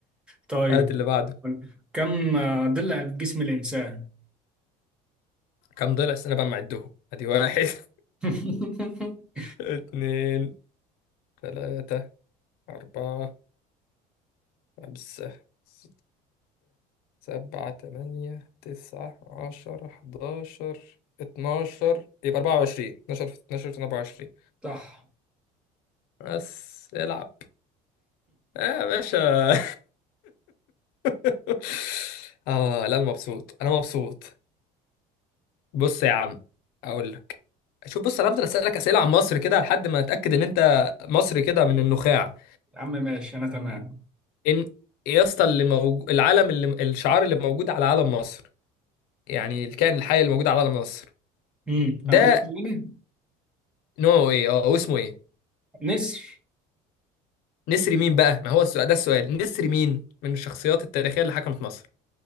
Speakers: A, in the centre; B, on the left.
A: طيب
B: هات اللي بعده
A: كم آه، ضلع في جسم الانسان
B: كم ضلع السنة بقى معدهم ادي واحد
A: <laughs>
B: اتنين تلاتة أربعة خمسة ستة سبعة تمانية تسعة عشرة حداشر اتناشر يبقى أربعة وعشرين اتناشر في اتناشر في أربعة وعشرين
A: صح
B: بس العب آه يا باشا <laughs> آه لا أنا مبسوط أنا مبسوط بص يا عم أقول لك شوف بص أنا هفضل أسألك أسئلة عن مصر كده لحد ما أتأكد إن أنت مصري كده من النخاع
A: يا عم ماشي انا تمام
B: إن يا اسطى اللي موجود العلم اللي الشعار اللي موجود على علم مصر يعني الكائن الحي الموجود على قلم مصر
A: امم
B: ده
A: اقول لك اسمه ايه
B: نوعه ايه اه واسمه ايه
A: نسر
B: نسر مين بقى ما هو السؤال ده السؤال نسر مين من الشخصيات التاريخية اللي حكمت مصر